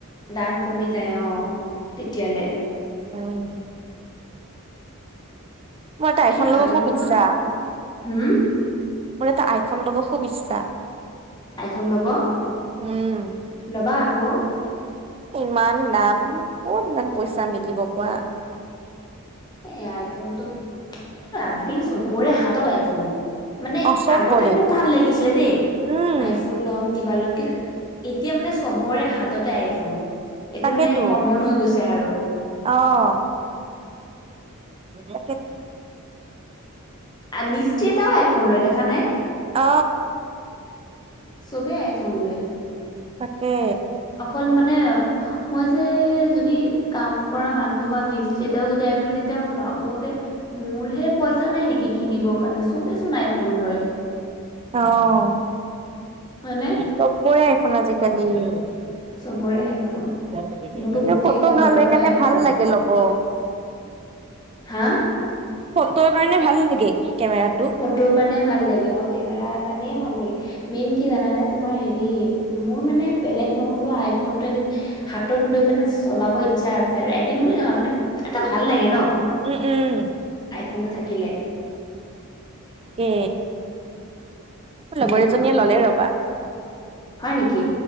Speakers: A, on the left (about 20°); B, on the right (about 25°).
A: দাম কমি যায় অ', তেতিয়ালে।
B: উম। মোৰ এটা
A: কিন্তু
B: আইফোন
A: ভাল
B: ল'ব খুব
A: মোৰ
B: ইচ্ছা।
A: হম
B: মোৰ এটা আইফোন ল'ব খুব ইচ্ছা।
A: আইফোন ল'ব,
B: উম
A: ল'বা আকৌ।
B: ইমান দাম, ক'ত ইমান পইচা মিলিব কোৱা।
A: এ আইফোনটো, আজিকালি চবৰে হাতত আইফোন। মানে
B: অ চবৰে
A: আগতে খুব ভাল লাগিছিলে দেই,
B: উম
A: আইফোন ল'ম কিবা ল'ম। কিন্তু, এতিয়া মানে চবৰে হাততে আইফোন। এইটো
B: তাকেতো
A: মানে কমন হৈ গৈছে আৰু
B: অ'। <inaudible>
A: মিষ্টিৰি এটাও আইফোন লয় দেখা নাই।
B: অ
A: চব আইফোন লয়।
B: তাকে।
A: অকল মানে, মই যে যদি কাম কৰা মানুহ বা মিচ মিষ্টিৰী এটাও যদি আইফোন লয়, তেতিয়া মই ভাবো যে, মোৰ হে পইচা নাই নেকি কিনিবৰ কাৰণে, চবেই চোন নাই ফোন লয়।
B: অ',
A: হয়নে
B: চবৰে আইফোন আজিকালি। ফটো
A: চবৰে আইফোন
B: ভাল
A: মোৰতো গোটেই কেইটা লগৰে
B: হয়, সেইকাৰণে
A: আইফোন
B: ভাল লাগে ল'ব। <inaudible>
A: হা?
B: ফটোৰ কাৰণে ভাল লাগে। কেমেৰাটো।
A: ফটো কাৰণে ভাল লাগে। কেমেৰা কাৰণ ভাল লাগে, মেইন কি জানানে তোমাৰ হেৰি, মোৰ মানে বেলেগ নহ'ল আইফোন টো এদিন হাতত লৈ পেনে চলাব ইচ্ছা আছে আৰু, এদিন বুলি নহয়, মানে এটা ভাল লাগে ন'।
B: উম, উম।
A: ফোনটো থাকিলে।
B: উম। মোৰ
A: সেইটো
B: লগৰ এজনীয়ে ল'লে ৰ'বা।
A: হয় নেকি?